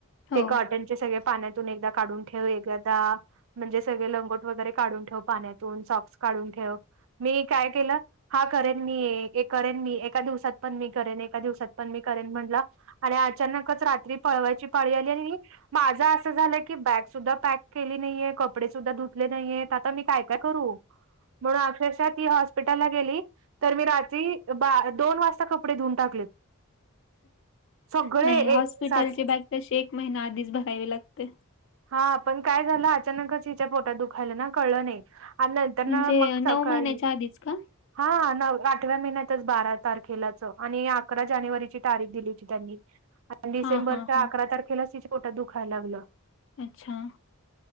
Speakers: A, on the left; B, on the right.
A: हो.
B: ते कॉटनचे सगळे. पाण्यातून एकदा काढून ठेवादा म्हणजे सगळे लंगोट. वगैरे काढून ठेव पाण्यातून सॉक्स काढून ठेव. मी काय केलं हा करेन मी करेन मी एक. एका दिवसात पण मी करेन एका दिवसात पण मी करेन म्हणला. अचानकच रात्री पळवायची पाळी आली आणि. माझा असं झालं की बॅग सुद्धा पॅक केली नाहीये कपडे सुद्धा धुतले नाहीयेत आता मी काय काय करू? म्हणून अक्षश ती. हॉस्पिटलला गेली तर मी रात्री दोन वाजता कपडे धुऊन टाकलेत. सगळे
A: नाही हॉस्पिटलची
B: एक साथ
A: बॅग तशी एक महिना आधीच भरावी लागते.
B: हा पण काय झालं अचानकच हिच्या पोटात दुखायला ना कळलं नाही. नंतर ना
A: म्हणजे
B: मग सकाळी.
A: महिन्याच्या आधीच का?
B: हा न आठव्या महिन्यातच बारा तारखेलाच आणि अकरा जानेवारीची तारीख दिली त्यांनी. आणि डिसेंबरच्या
A: हां, हां, हां.
B: अकरा तारखेला तिच्या पोटात दुखायला लागलं.
A: अच्छा,